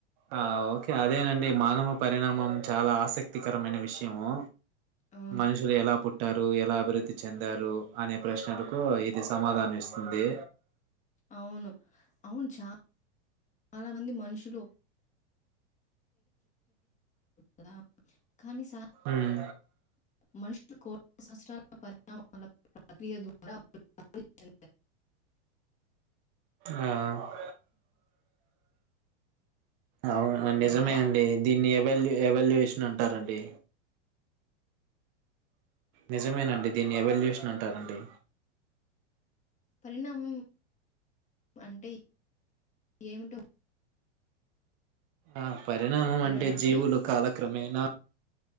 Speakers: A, on the right; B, on the left.
A: ఆ ఓకే అదేనండి మానవ పరిణామం చాలా ఆసక్తికరమైన విషయము
B: ఆ!
A: మనుషలు ఎలా పుట్ట పట్టారు ఎలా అభివృద్ధి చెందారు అనే ప్రశ్నలకు ఇది సమాధానం ఇస్తుంది
B: అవును అవును చా చాలా మంది మనుషులు కదా ఖాని సహ
A: ఉమ్
B: మ కోట్ల సంవత్సరాల పరిణామాల ప్రక్రియ ద్వారా చె
A: ఆ అవును నిజమే
B: హలో!
A: అండి దీన్ని ఎవల్ ఏవియేషన్ ఎవల్యూషన్ అంటారండి నిజమేనండి దీన్ని ఎవల్యూషన్ అంటారండి
B: పరిణామం అంటే ఏమిటో
A: ఆ పరిణామం
B: వివరణ
A: అంటే
B: అండి?
A: జీవులు కాలక్రమే నా